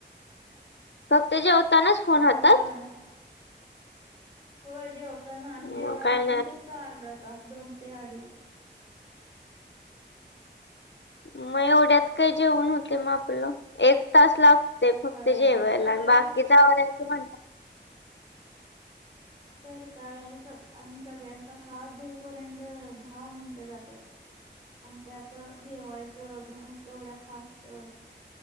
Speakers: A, on the left (about 75°); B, on the right (about 30°).
A: फक्त जेवतानाच फोन
B: होय
A: हातात.
B: होय जेवताना आणि
A: मग
B: जेवायला
A: काय
B: पण
A: नाही
B: फक्त अर्धा तास दोन ते अडीच
A: मग एवढ्यात काय जेवूण होतय मग आपलं एक तास लाग तय
B: होय
A: जेवायला
B: सगळ्या
A: आणि बाकीच आवरायच म्हणत
B: तर काय आणि सगळ्यांचा हात धुऊपर्यंत दहा मिनिट जात्यात. आणि त्यात जेवायचं केवढ्या फास्ट.